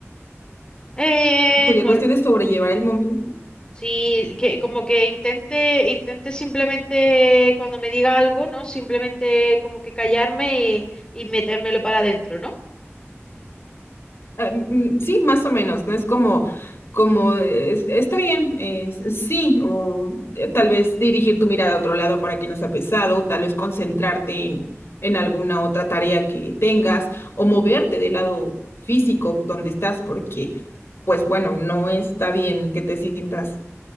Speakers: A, on the left; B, on the left.
A: Eh,
B: Sería
A: no,
B: cuestión de sobrellevar el momento
A: sí, que como que intente, intente simplemente cuando me diga algo, ¿no? Simplemente como que callarme y, y metérmelo para adentro, ¿no?
B: Ah, mm, sí, más o menos, ¿no? Es como, como, eh, es- está bien, eh, s- sí, o eh, tal vez dirigir tu mirada a otro lado para que no sea pesado, tal vez concentrarte en, en alguna otra tarea que tengas, o moverte del lado físico donde estás, porque, pues bueno, no está bien que te sientas